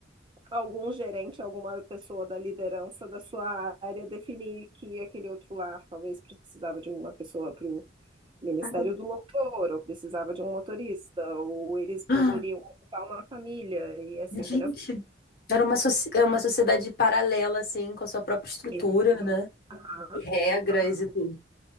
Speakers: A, on the right; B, on the left.
A: algum gerente, alguma pessoa da liderança da sua área definir que aquele outro lar talvez precisava de uma pessoa para o Ministério
B: Caramba.
A: do Louvor, ou precisava de um motorista, ou eles poderiam
B: Ah,
A: ocupar uma família, e assim,
B: gente.
A: entendeu?
B: Era uma, soci- é uma sociedade paralela, assim, com a sua própria estrutura,
A: Exato.
B: né?
A: Aham,
B: E regras
A: aham.
B: e tudo.